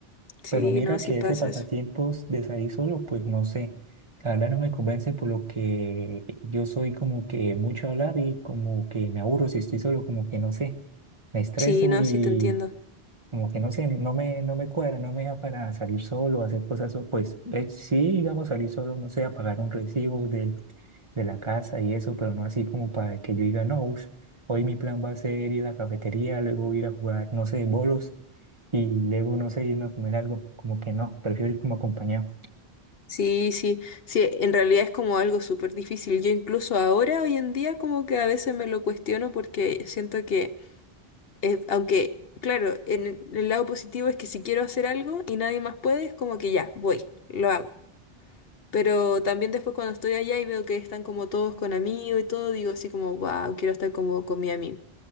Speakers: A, on the left; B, on the right.
A: sí,
B: Pero mira
A: no, sí
B: que
A: pasa
B: ese pasatiempos
A: eso.
B: de salir solo, pues no sé. La verdad no me convence por lo que yo soy como que mucho hablar y como que me aburro si estoy solo, como que no sé. Me estreso
A: Sí, no,
B: y
A: sí te entiendo.
B: Como que no sé, no me, no me cuadra, no me da para salir solo, hacer cosas, so- pues eh, sí, digamos, salir solo, no sé, a pagar un recibo del, de la casa y eso, pero no así como para que yo diga, no, ush, hoy mi plan va a ser ir a la cafetería, luego ir a jugar, no sé, bolos y luego, no sé, irme a comer algo, como que no, prefiero ir como acompañado.
A: Sí, sí, sí, en realidad es como algo súper difícil. Yo incluso ahora, hoy en día, como que a veces me lo cuestiono porque siento que es- aunque, claro, en el lado positivo es que si quiero hacer algo y nadie más puede, es como que ya, voy, lo hago. Pero también después cuando estoy allá y veo que están como todos con amigos y todo, digo así como, wow, quiero estar como con mi amigo.